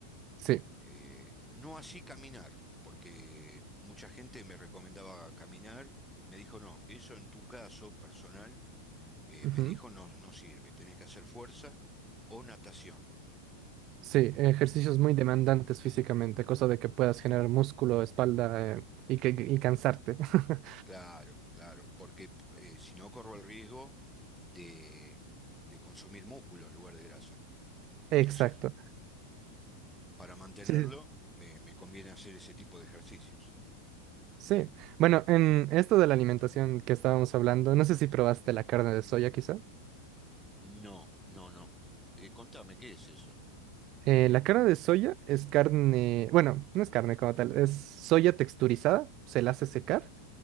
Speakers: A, on the right; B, in the centre.
A: Sí.
B: Eh, no así caminar, porque mucha gente me recomendaba caminar, me dijo, no, eso en tu caso personal, eh,
A: ujú.
B: me dijo, no, no sirve, tenés que hacer fuerza o natación.
A: Sí, ejercicios muy demandantes físicamente, cosa de que puedas generar músculo, espalda, eh, y, que, y cansarte. <laughs>
B: Claro, claro, porque eh, si no corro el riesgo de, de consumir músculo en lugar de grasa. Entonces,
A: Exacto.
B: para mantenerlo,
A: Sí, sí,
B: me, me conviene hacer ese tipo de ejercicios.
A: Sí. Bueno, en esto de la alimentación que estábamos hablando, no sé si probaste la carne de soya quizá.
B: No, no, no. Eh, contame, ¿qué es eso?
A: Eh, la carne de soya es carne, bueno, no es carne como tal, es soya texturizada, se la hace secar.